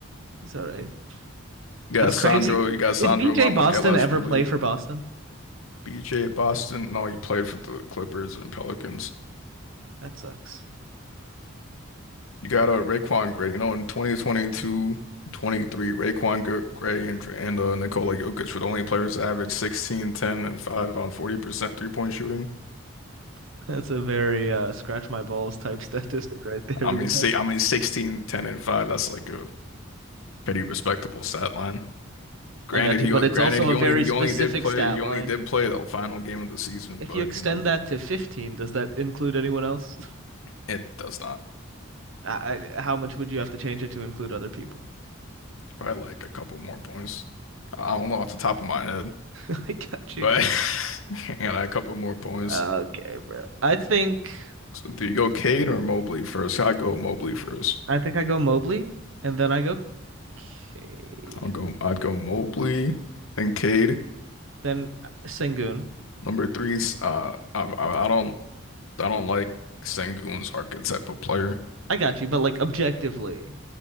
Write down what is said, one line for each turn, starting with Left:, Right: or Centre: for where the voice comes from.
Right: He's all right.
Left: You got
Right: That's crazy.
Left: Sandro. You got Sandro
Right: Did BJ
Left: Mamukelashvili,
Right: Boston ever play for Boston?
Left: BJ Boston. No, he played for the Clippers and Pelicans.
Right: That sucks.
Left: You got a uh, Raquan Gray, you know, in 2022, 23, Raekwon G- Gray and, and uh, Nikola Jokic were the only players to average 16, 10, and 5 on 40% three-point shooting.
Right: <laughs> That's a very uh, scratch my balls type <laughs> statistic right there,
Left: I mean,
Right: <laughs> bro.
Left: see, I mean, 16, 10, and 5, that's like a pretty respectable stat line. Granted,
Right: I got
Left: he
Right: you. But it's
Left: granted
Right: also
Left: he
Right: a
Left: only
Right: very
Left: he
Right: specific
Left: only did play
Right: stat
Left: he
Right: line.
Left: only did play the final game of the season,
Right: If
Left: but
Right: you extend
Left: you know,
Right: that to 15, does that include anyone else?
Left: it does not.
Right: <laughs> I, I, how much would you have to change it to include other people?
Left: Probably like a couple more points. I don't know off the top of my head,
Right: <laughs> I got you.
Left: but <laughs> yeah, a couple more points.
Right: Okay, bro. I think
Left: So do you go Cade or Mobley first? I'd go Mobley first.
Right: I think I go Mobley, and then I go K,
Left: I'll go. I'd go Mobley, then Cade.
Right: then Sengun.
Left: Number three's. Uh, I, I I don't I don't like Sengun's archetype of player.
Right: I got you, but like objectively,